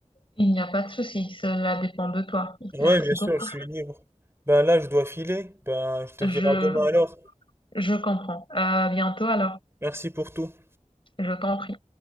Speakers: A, on the left; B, on the right.
A: Il n'y a pas de souci, cela dépend de toi.
B: Oui,
A: Merci
B: bien sûr,
A: beaucoup.
B: je suis libre. Ben là, je dois filer. Ben, je te
A: Je,
B: dirai à demain alors.
A: je comprends. À bientôt alors.
B: Merci pour tout.
A: Je t'en prie.